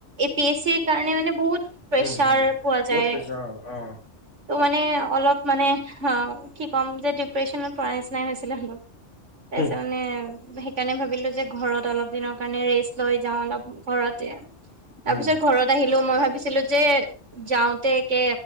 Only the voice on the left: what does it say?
উম হম
বহুত
পইছা অ অ
উম
উম